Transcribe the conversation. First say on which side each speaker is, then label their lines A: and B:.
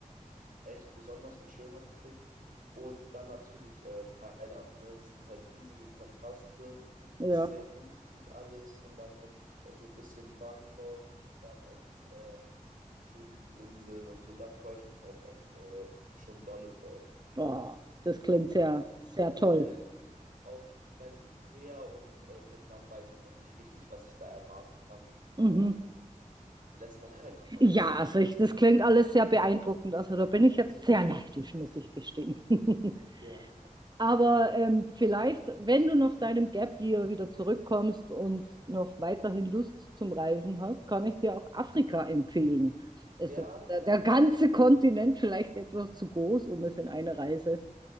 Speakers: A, on the right; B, on the right.
A: äh, echt besonders und schön hoffentlich. Und dann natürlich äh, Thailand, ne? Es sind halt riesige Kontraste,
B: ja.
A: ist sehr günstig alles und dann möchte ich äh, so ein bisschen Bangkok und dann auch äh, schön die Inseln und so. Da freue ich mich auch echt äh, schon dolle drauf.
B: Oh, das klingt sehr, sehr toll.
A: Und jetzt auf bei Südkorea und äh, Vietnam weiß ich noch nicht richtig, was ich da erwarten kann, aber
B: Mhm.
A: lässt man <laughs> einfach mal
B: Ja,
A: auf sich.
B: also ich, das klingt alles sehr beeindruckend. Also da bin ich jetzt sehr neidisch, muss ich gestehen. <laughs>
A: Ja,
B: Aber ähm, vielleicht, wenn du nach deinem Gap Year wieder zurückkommst und noch weiterhin Lust zum Reisen hast, kann ich dir auch Afrika empfehlen. Es
A: ja,
B: ist der,
A: ja,
B: der ganze Kontinent vielleicht etwas zu groß, um es in einer Reise